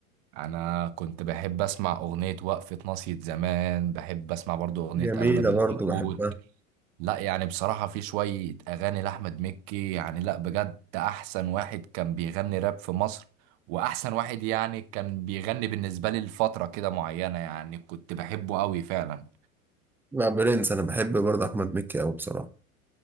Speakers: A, on the right (about 45°); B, in the centre.
A: انا كنت بحب اسمع اغنيه وقفه ناصية زمان بحب اسمع برضو اغنيه
B: جميلة
A: اغلى من
B: برضو
A: الياقوت
B: بحبها
A: لا يعني بصراحة في شوية أغاني لأحمد مكي يعني لا بجد أحسن واحد كان بيغني راب في مصر وأحسن واحد يعني كان بيغني بالنسبة لي لفترة كده معينة يعني كنت بحبه أوي فعلا
B: لا برنس أنا بحب برضو أحمد مكي أوي بصراحة